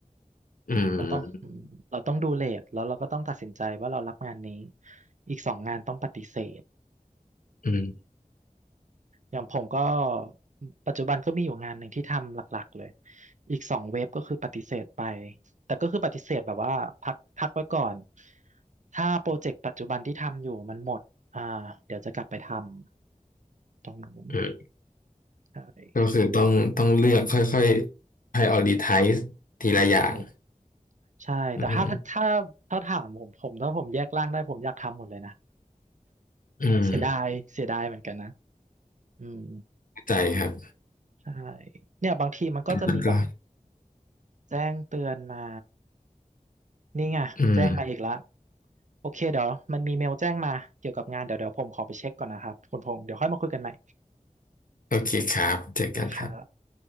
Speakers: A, on the left (about 75°); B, on the right (about 60°).
A: อืม
B: เราต้องอืมเราต้องดูเรทแล้วเราก็ต้องตัดสินใจว่าเรารับงานนี้อีกสองงานต้องปฏิเสธ
A: อืม
B: อย่างผมก็ปัจจุบันก็มีอยู่งานหนึ่งที่ทำหลักๆเลยอีกสองเว็บก็คือปฏิเสธไปแต่ก็คือปฏิเสธแบบว่าพักพักไว้ก่อนถ้าโปรเจกต์ปัจจุบันที่ทำอยู่มันหมดอ่าเดี๋ยวจะกลับไปทำตรงนู้น
A: อืม
B: ใช่
A: ก็คือต้องต้องเลือกค่อยๆ prioritize ทีละอย่าง
B: ถูกใช่แต่ถ้าถ้าถ้าถามผมผมถ้าผมแยกร่างได้ผมอยากทำหมดเลยนะ
A: อืมอืม
B: เสียดายเสียดายเหมือนกันนะอืม
A: เข้าใจครับ
B: ใช่เนี่ยบางทีมันก็จะมีแบบ
A: แล้วก็
B: แจ้งเตือนมา นี่ไงแจ้งมาอีกแล้ว
A: อืม
B: โอเคเดี๋ยวมันมีเมลแจ้งมาเกี่ยวกับงานเดี๋ยวเดี๋ยวผมขอไปเช็คก่อนนะครับคุณพงษ์เดี๋ยวค่อยมาคุยกันใหม่
A: โอเคครับเจอกันครับ
B: โอเคครับ